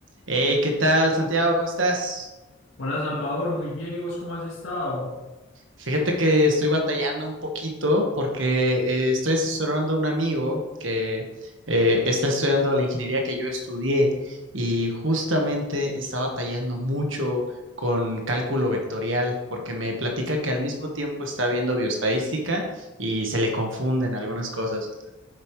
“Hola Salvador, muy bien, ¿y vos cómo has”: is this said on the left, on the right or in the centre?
Left